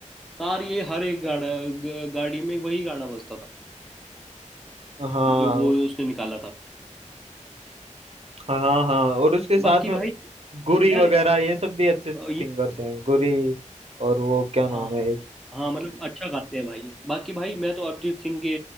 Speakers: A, in the centre; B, on the right.
A: सारी ये हर एक गाड़ा ग- गाड़ी में वही गाना बजता था
B: हाँ
A: जो वो उसने निकाला था
B: हाँ हाँ और उसके साथ
A: बाकी
B: में
A: भाई
B: गुरी
A: यार
B: वगैरह ये सब भी अच्छे सिंगर्स
A: अ, ये
B: हैं गुरी और वो क्या नाम
A: हाँ
B: है एक-
A: हाँ मतलब अच्छा गाते हैं भाई बाकी भाई मैं तो अरिजीत सिंह के